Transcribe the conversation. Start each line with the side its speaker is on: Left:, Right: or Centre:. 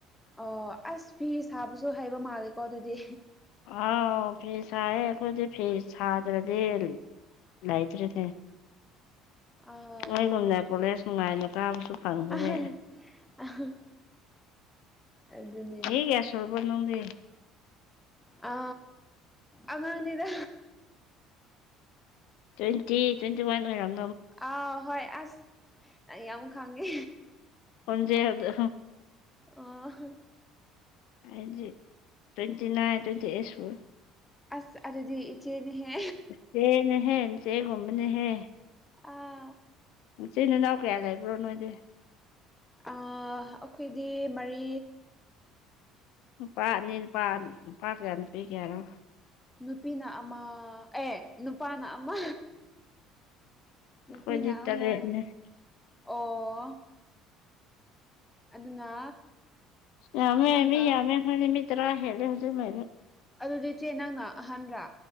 Centre: ꯑꯣ ꯑꯁ ꯐꯤ ꯁꯥꯕꯁꯨ ꯍꯩꯕ ꯃꯥꯜꯂꯦꯀꯣ ꯑꯗꯨꯗꯤ
Left: ꯑꯥꯎ ꯐꯤ ꯍꯥꯏꯌꯦ ꯑꯩꯈꯣꯏꯗꯤ ꯐꯤ ꯁꯥꯗ꯭ꯔꯗꯤ ꯂꯩꯇ꯭ꯔꯔꯤꯅꯦ
Centre: ꯑꯥꯎ
Left: ꯅꯣꯏꯒꯨꯝꯅ ꯀꯣꯂꯦꯖ ꯅꯨꯡꯉꯥꯏꯅ ꯀꯥꯕꯁꯨ ꯐꯪꯗ꯭ꯔꯦ
Centre: ꯑ ꯑ ꯑꯗꯨꯅꯦ
Left: ꯍ ꯒꯌꯥꯁ ꯑꯣꯏꯔꯔꯕꯣ ꯅꯪꯗꯤ
Centre: ꯑ ꯑꯉꯥꯡꯅꯤꯗ
Left: ꯇ꯭ꯋꯦꯟꯇꯤ ꯇ꯭ꯋꯦꯟꯇꯤ ꯋꯥꯟ ꯑꯣꯏꯔꯝ
Centre: ꯑꯥꯎ ꯍꯣꯏ ꯑꯁ ꯌꯥꯝ ꯈꯪꯉꯦ
Left: ꯑꯣꯖꯦ ꯍꯥꯏꯗ
Centre: ꯑꯣ
Left: ꯍꯥꯏꯗꯤ twenty nine twenty eights four
Centre: ꯑꯁ ꯑꯗꯨꯗꯤ ꯏꯆꯦꯗꯤꯍꯦ
Left: ꯆꯦꯅꯦ ꯍꯦꯁꯦꯒꯨꯝꯅꯦꯍꯦ
Centre: ꯑꯥ
Left: ꯏꯆꯤꯟ ꯏꯅꯥꯎ ꯀꯌꯥ ꯂꯩꯕ꯭ꯔꯣ ꯅꯣꯏꯗꯤ
Centre: ꯑꯩꯈꯣꯏꯗꯤ ꯃꯔꯤ
Left: ꯅꯨꯄꯥ ꯑꯅꯤ ꯅꯨꯄꯥ ꯅꯨꯄꯥ ꯀꯌꯥ ꯅꯨꯄꯤꯒꯌꯥꯔꯣ
Centre: ꯅꯨꯄꯤꯅ ꯑꯃ ꯑꯦ ꯅꯨꯄꯥꯅ ꯑꯃ ꯅꯨꯄꯤꯅ
Left: ꯑꯩꯈꯣꯏꯗꯤ
Centre: ꯑꯍꯨꯝ
Left: ꯇꯔꯦꯠꯅꯦ
Centre: ꯑꯣ ꯑꯗꯨꯅ
Left: ꯌꯥꯃꯦ
Centre: ꯅꯪꯅ
Left: ꯑꯦꯃꯤ ꯌꯥꯃꯦ ꯍꯃꯤꯇꯔꯥ ꯍꯦꯂ ꯍꯧꯖꯤ ꯃ
Centre: ꯑꯗꯨꯗꯤ ꯏꯆꯦ ꯅꯪꯅ ꯑꯍꯥꯟꯕ꯭ꯔ